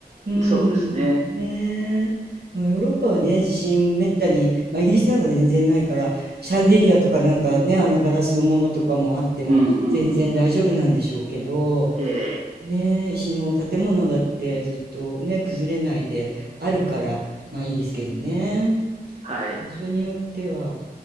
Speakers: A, on the right (about 75°); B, on the right (about 45°).
A: うんねえまあヨーロッパはね地震めったに、
B: そうですね。
A: まあ、イギリスなんか全然ないからシャンデリアとかなんかねあんなガラスのものとかもあっても全然大丈夫なんでしょうけど
B: うんうんうんうん。ええ、
A: ねえ石の建物だってずっとね崩れないであるからまあいいですけどね
B: はい。
A: 場所によっては。